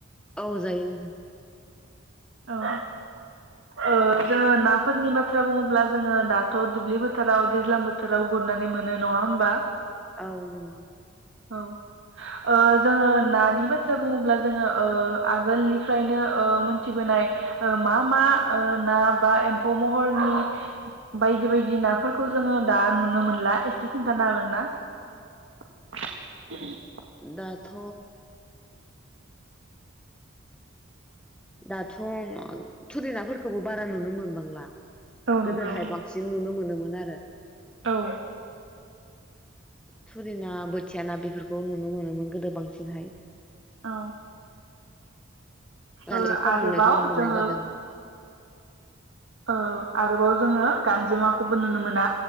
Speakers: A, in the centre; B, on the right.
A: औ जायो नोंथां।
B: औ। ओ जोङो नाफोरनि बाथ्रा बुङोब्ला जोङो दाथ' दुब्लि बोथोराव दैज्लां बोथोराव गुरनानै मोनो नङा होमबा?
A: औ नंगौ।
B: औ ओ जोङो नानि बाथ्रा बुङोब्ला जोङो ओ आगोलनिफ्रायनो ओ मोनथिबोनाय मा मा ना बा एम्फौ महरनि बायदि -बायदि नाफोरखौ जोङो दा नुनो मोनला एसे खिन्थानो हागोन ना? <inaudible>
A: दाथ' दाथ' थुरि नाफोर खौबो बारा नुनो मोनबांला
B: औ
A: गोदोहाय
B: नंगौ
A: बांसिन नुनो मोनोमोन। मोन आरो
B: औ।
A: थुरि ना बोथिया ना बेफोरखौ नुनो मोनोमोन गोदो बांसिनहाय।
B: औ। ओ
A: एसे खम
B: आरोबाव
A: नुनायखौ मोननाय
B: जोङो
A: जादों
B: औ आरोबाव जोङो गांजेमाखौबो नुनो मोना।